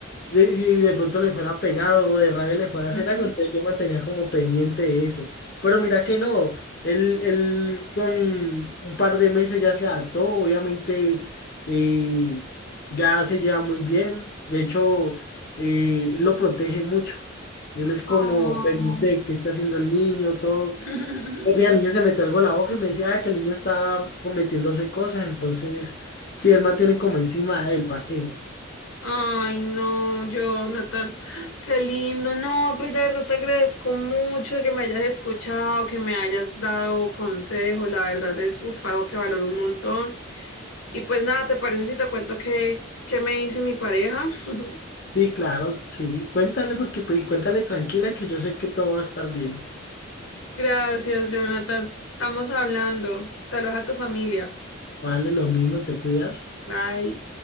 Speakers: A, on the left; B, on the left.
A: y y de pronto le fuera a pegar o de rabia le fuera a hacer
B: Ujú.
A: algo, entonces yo mantenía como pendiente de eso. Pero mira que no, él, él con un par de meses ya se adaptó, obviamente eh, ya se lleva muy bien, de hecho eh, él lo protege mucho. Él es como
B: Oh.
A: pendiente de qué está haciendo el niño, todo.
B: <laughs>
A: Un día el niño se metió algo a la boca y me decía "Ah, que el niño estaba cometiéndose cosas, entonces sí, él mantiene como encima de él, ¿para qué?
B: Ay, no, Jonathan, qué lindo. No, pues de verdad te agradezco mucho que me hayas escuchado, que me hayas dado consejos. La verdad es uf, algo que valoro un montón. Y pues nada, ¿te parece si te cuento qué, qué me dice mi pareja? <laughs>
A: Sí, claro, sí. Cuéntale porque pues, y cuéntale tranquila que yo sé que todo va a estar bien.
B: Gracias, Jonathan. Estamos hablando. Saludos a tu familia.
A: Vale, lo mismo, te cuidas.
B: Bye.